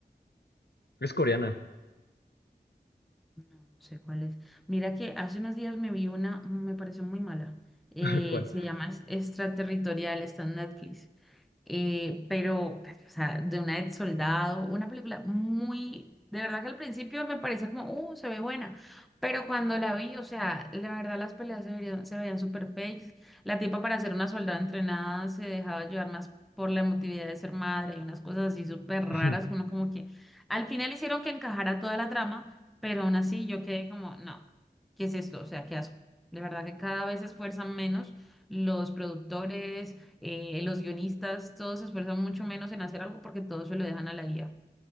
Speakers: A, on the left; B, in the centre.
A: Es coreana,
B: No, no sé cuál es. Mira que hace unos días me vi una, mm, me pareció muy mala. Eh,
A: <laughs> ¿cuál?
B: se llama Es- Extraterritorial, está en Netflix. Eh, pero, pues, o sea, de una de soldado, una película muy, de verdad que al principio me parecía como, uh, se ve buena, pero cuando la vi, o sea, la verdad las peleas se veían, se veían súper fakes, la tipa para ser una soldada entrenada se dejaba llevar más por la emotividad de ser madre y unas cosas así súper raras,
A: <laughs>
B: uno como que al final hicieron que encajara toda la trama, pero aún así yo quedé como, no, ¿qué es esto? O sea, qué asco. De verdad que cada vez se esfuerzan menos los productores, eh, los guionistas, todos se esfuerzan mucho menos en hacer algo porque todos se lo dejan a la IA.